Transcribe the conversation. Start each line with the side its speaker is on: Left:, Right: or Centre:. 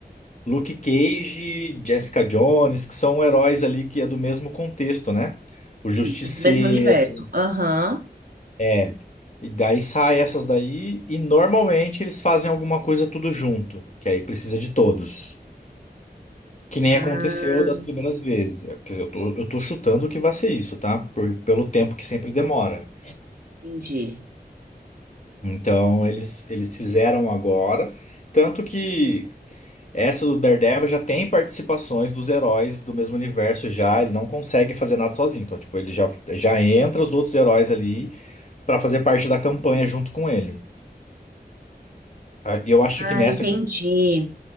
Left: Luke Cage, Jessica Jones, que são heróis ali que é do mesmo contexto, né? O Justiceiro,
Right: Isso, do mesmo universo. Aham.
Left: é. E daí sai essas daí, e normalmente eles fazem alguma coisa tudo junto, que aí precisa de todos. Que nem
Right: Ah,
Left: aconteceu das primeiras vezes. Quer dizer, eu tô, eu tô chutando que vai ser isso, tá? Por- pelo tempo que sempre demora.
Right: entendi.
Left: Então, eles, eles fizeram agora. Tanto que essa do Daredevil já tem participações dos heróis do mesmo universo já. Ele não consegue fazer nada sozinho. Então, tipo, ele já, já entra os outros heróis ali pra fazer parte da campanha junto com ele. Ah, Eu acho
Right: Ah,
Left: que nessa
Right: entendi.
Left: quem